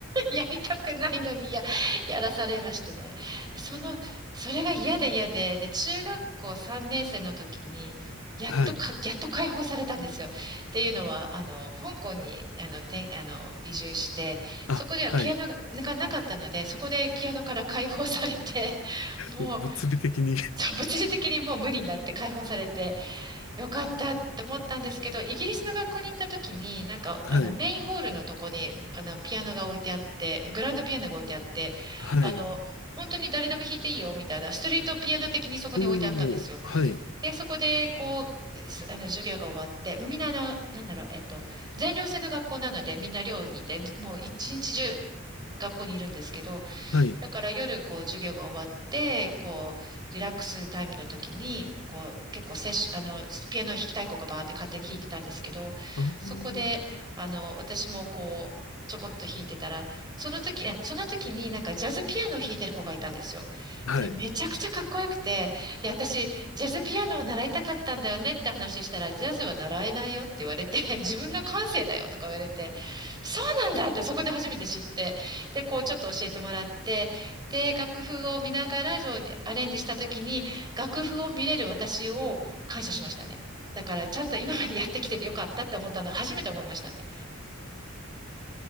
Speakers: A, on the right; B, on the left.
A: <laughs> やりたくないのにや、やらされましてね。その、それが嫌で嫌で、で、中学校3年生の時に、やっとか、
B: はい。
A: やっと解放されたんですよ。っていうのは、あの、香港に、あの、てんあの、移住して、
B: あ、
A: そこではピアノががなかったので、
B: はい。
A: そこでピアノから解放されて、もう、
B: もう物理的に
A: 物理的にもう無理になって解放されて、よかったって思ったんですけど、イギリスの学校に行った時に、なんか、
B: <laughs>
A: あの、
B: はい。
A: メインホールのとこに、あの、ピアノが置いてあって、グランドピアノが置いてあって、
B: はい。
A: あの、本当に誰でも弾いていいよ、みたいな、ストリートピアノ的にそこに置いてあったんですよ。
B: おお、はい。
A: で、そこで、こう、すあの、授業が終わって、みんな、あの、なんだろう、えっと、全寮制の学校なので、みんな寮にいて、ずもう一日中学校にいるんですけど、
B: はい。
A: だから夜こう授業が終わって、こうリラックスタイムの時に、こう結構セッション、あの、ピアノ弾きたい子がバーって勝手に弾いてたんですけど、
B: あー
A: そこで、あの、私もこう、ちょこっと弾いてたら、その時、いやその時になんかジャズピアノを弾いてる子がいたんですよ。
B: はい。
A: で、めちゃくちゃかっこよくて、いや、私、ジャズピアノを習いたかったんだよねって話したら、ジャズは習えないよって言われて、<laughs> 自分の感性だよとか言われて、そうなんだってそこで初めて知って、で、こうちょっと教えてもらって、で、楽譜を見ながら、そうアレンジした時に、楽譜を見れる私を感謝しましたね。だから、ちゃんと今までやってきててよかったって思ったのは初めて思いましたね。